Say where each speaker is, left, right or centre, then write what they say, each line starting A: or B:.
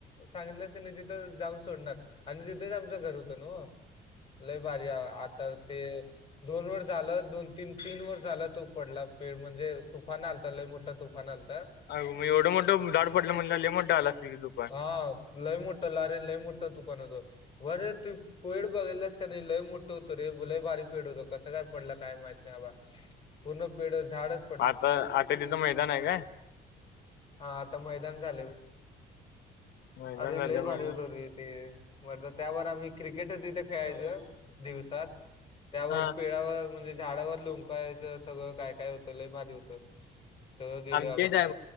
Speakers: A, on the left; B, on the left.
A: सांगितलंस त्यांनी तिथं जाऊन सोडणार आणि तिथेच आमचं घर होतं न लय बारी आता ते दोन वर झालं दोन तीन तीन वर् झालं तो पडला पेड म्हणजे तुफान आलता ल मोठा तुफ फनल तर
B: अग मग एवढं मोठं झाड पडलं म्हटलं ल मोठं आला अस दुपार
A: हां, लय मोठं लारे लय मोठा तूपनत वरे तू पेड बघितलास का नाही लय मोठं होतो रे लय भारी पेड होतो कसं काय पडलं काय माहित नाही बाबा पूर्ण पेढ झाडच
B: आता आता तिथं मैदान आहे का
A: हा आता मैदान झाले
B: मैदान
A: अरे
B: झालं
A: लई भारी
B: म्हणलं
A: होत हो रे ते बर त्यावर आम्ही क्रिकेट होतो इथं खेळायच दिवसात त्यावर
B: हा
A: पेळावर म्हणजे झाडावर लोंकायचं सगळं काय काय होतं लय भारी होत सगळं गेलं
B: आमचेच
A: बाबा
B: आहे